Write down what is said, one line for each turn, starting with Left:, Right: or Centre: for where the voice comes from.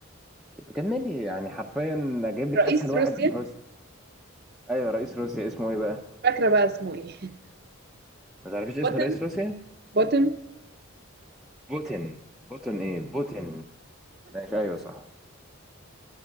Centre: طب كملي يعني حرفيا اجيب لك
Right: رئيس
Centre: اسهل واحد
Right: روسيا
Centre: في روسيا ايوه رئيس روسيا اسمه ايه بقى
Right: فاكره بقى اسمه ايه <laughs>
Centre: ما تعرفيش اسم
Right: بوتن
Centre: رئيس روسيا
Right: بوتن
Centre: بوتين بوتين ايه بوتين ماشي ايوه صح